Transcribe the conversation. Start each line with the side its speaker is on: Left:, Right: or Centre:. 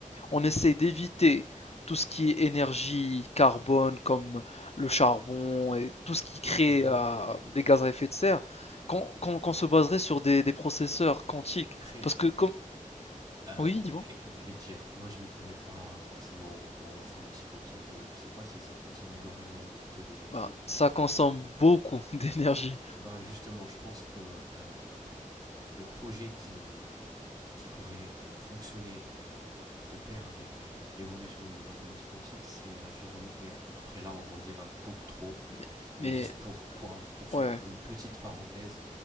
Left: on essaie d'éviter tout ce qui est énergie carbone comme le charbon et tout ce qui crée
Right: Mhm.
Left: euh, des gaz à effet de serre, qu'on qu'on- qu'on se baserait sur des, des processeurs quantiques.
Right: Après,
Left: Parce que comme...
Right: Euh,
Left: Oui, dis-moi.
Right: écoute, je vais te dire, moi je m'y connais pas forcément en informatique quantique, donc je sais pas si ça consomme énormément ou peu d'énergie.
Left: Bah, ça consomme beaucoup <laughs> d'énergie.
Right: Et bah justement, je pense que euh, le projet qui, qui pourrait euh, fonctionner euh, de pair avec euh, l'évolution de l'informatique quantique, c'est la fusion nucléaire. Après là, on, on divague beaucoup trop.
Left: Mais, mais
Right: Mais juste pour, pour, pour faire
Left: Ouais,
Right: une petite parenthèse,